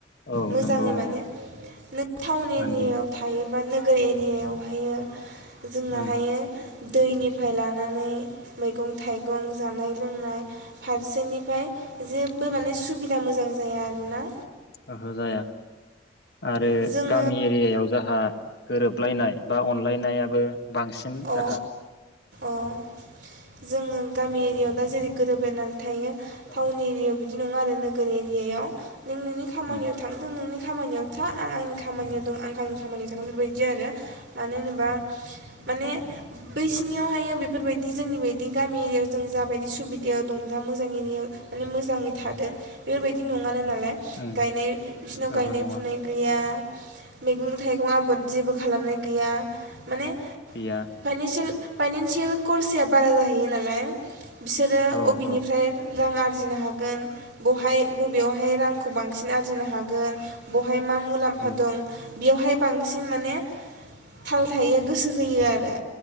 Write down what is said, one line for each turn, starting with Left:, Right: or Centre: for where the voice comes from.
Left: औ
Right: मोजाङै
Left: नंगौ नंगौ
Right: माने नों टावनि
Left: माने
Right: नियाव थायोब्ला बा नोगोर एरियाायावहाय जोंना
Left: उम
Right: हायो दैनिफ्राय लानानै मैगं थाइगं जानाय लोंनाय फारसेनिफ्राय जेबो माने सुबिदा मोजां जाया आरोना
Left: बेहजाया आरो
Right: जोङो
Left: गामि एरियायाव जोंहा गोरोबलायनाय बा अनलायनायाबो बांसिन
Right: अ
Left: जोंहा
Right: अ जोङो गामि एरिया दा जेरै गोरोबलायनानै थायो।
Left: औ
Right: थाउउन एरियाव बेफ बिदि नङा आरो नोगोर एरियाया। नों नोंनि खामानियाव
Left: उम
Right: थांदों नोंनि खामानियाव था आं आंनि खामानियाव दं आं गावनि खामानियाव थागोन बेफोरबायदि आरो मानो होनोबा माने
Left: उम उम
Right: बै बिसिनियावहायो बेफोरबायदि जोंनि बायदि गामि एरियायाव जों जाबायदि सुबिदायाव दं दा मोजां एरियायाव माने मोजाङै थादों बेफोरबायदि नङानो नालाय गायनाय
Left: उम
Right: बिसिनाव गायनाय
Left: ओहो नङा
Right: फुनाय गैया मैगं थाइगं आबाद जेबो खालामनाय गैया माने
Left: गैया
Right: फाइनेन्सियेल फाइनन्सियेल करसाया बारा जाहैयो नालाय। बिसोरो
Left: औ
Right: अबेनिफ्राय
Left: औ
Right: रां आर आरजिनो हागोन बहाय बबेयावहाइ रां खौ बांसिन आरजिनो हागोन बहाय मा मुलाम्फा
Left: उम
Right: दं बेयावहाय बांसिन माने थाल थायो गोसो होयो आरो